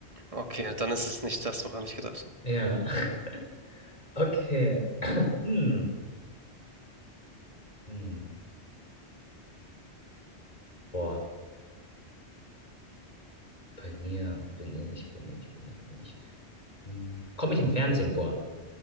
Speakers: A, on the right; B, on the left.
A: Okay, dann ist es nicht das, woran ich gedacht habe.
B: Ja. <laughs> Okay. Hm. Hm. Boah. Bei mir bin ich, bin ich, bin ich, bin ich. Hm, Komme ich im Fernsehen vor?